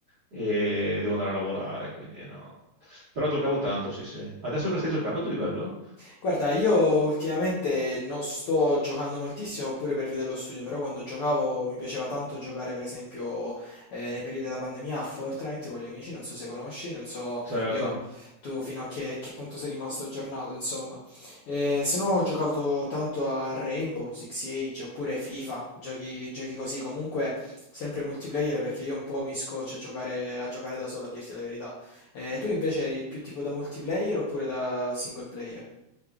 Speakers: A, on the right; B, on the left.
A: e devo andare a lavorare. Quindi no. no. Però giocavo tanto, sì, sì. Adesso che stai giocando tu di bello?
B: Guarda, io ultimamente non sto giocando moltissimo pure per via dello studio, però quando giocavo mi piaceva tanto giocare, per esempio, eh, nei periodi della pandemia a Fortnite con gli amici, non so se conosci, non so
A: Certo.
B: io tu fino a che, che punto sei rimasto aggiornato, insomma. Eh, se no ho giocato tanto a Rainbow, Six Siege oppure FIFA, giochi, giochi così, comunque sempre multiplayer perché io un po' mi scoccio a giocare, a giocare da solo, a dirti la verità. Eh, tu invece eri più tipo da multiplayer oppure da single player?